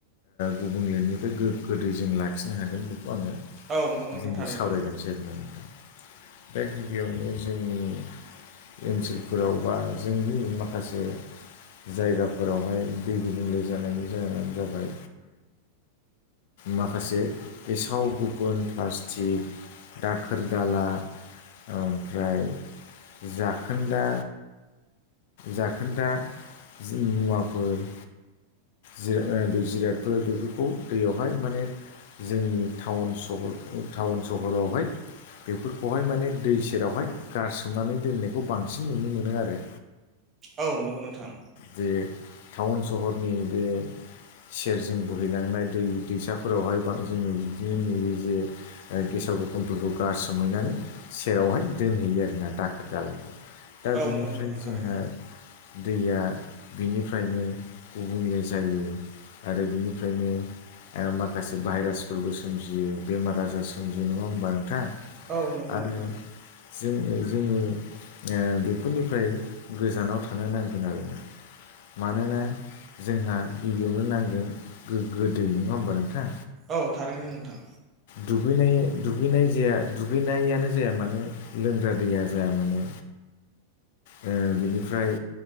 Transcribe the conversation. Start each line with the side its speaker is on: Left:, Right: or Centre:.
Left: गुबुंलेनिफ्राय गोगो दै जों लाखिनो हागोन बेखौ आङो
Right: औ नंगौ
Left: बिजोंबो
Right: नोंथां थारैनो
Left: सावरायगोनसै होननानै दा गिबियावनो जोंनि ओनसोलफोराव बा जोंनि माखासे जायगाफोरावहाय दै गुबुंले जानायनि जाहोनानो जाबाय माखासे गेसाव गोफोन प्लास्टिक दाखोर दाला ओमफ्राय जाखोनदा जाखोनदा जि मुवाफोर जिरादफोर बेफोरखौ दैयावहाय माने जोंनिटाउन सहर टाउन सहरावहाय बेफोरखौहाय माने दै सेरावहाय गारसोमनानै दोननायखौ बांसिन नुनो मोनो आरो
Right: औ नंगौ नोंथां
Left: जे टाउन सहरनि बे सेरजों बोहैलांनाय दै दैसाफोरावहाय जोङो बिदिनो नुयो जे गेसाव गोफोनफोरखौ गारसोमहैनानै सेरावहाय दोनहैयो आरोना दाखोर दालाखौ दा
Right: औ
Left: बिनिफ्राय
Right: नंगौ नोंथां थारैनो
Left: जोंहा दैया बेनिफ्रायनो गुबुंले जायो आरो बिनिफ्रायनो माखासे भाइरासफोरबो सोमजियो बेमार आजार सोमजियो नङा होमबा नोंथां
Right: औ नंगौ
Left: आरो
Right: नोंथां
Left: जों जोङो बेफोरनिफ्राय गोजानाव थानो नांगोन आरो मानोना जोंहा गिबियावनो नांगोन गोगो दै नङा होमबा नोंथां
Right: औ थारैनो नोंथां
Left: दगैनाय दुगैनाय जे दुगैनायानो जाया मानो लोंग्रा दैया जाया मानो ओ बिनिफ्राय